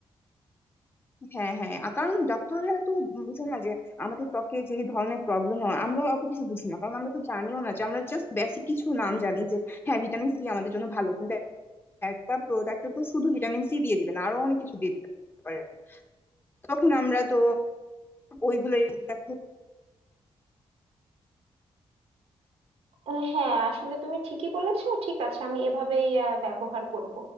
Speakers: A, on the left; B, on the right.
A: হ্যাঁ হ্যাঁ আর কারণ ডক্টররা তো বুঝে না যে আমাদের ত্বকে যে ধরনের প্রবলেম হয় আমরা অত কিছু বুঝি না কারণ আমরা তো জানিও না যে আমরা জাস্ট বেসিক কিছু নাম জানি যে হ্যাঁ ভিটামিন সি আমাদের জন্য ভালো কিন্তু একটা প্রোডাক্টে তো শুধু ভিটামিন সি দিয়ে দিবে না আরো অনেক কিছু দিয়ে দিবে পারে তখন আমরা তো ওইগুলো
B: আহ, হ্যাঁ আসলে তুমি ঠিকই বলেছো ঠিক আছে আমি এভাবেই আহ, ব্যবহার করব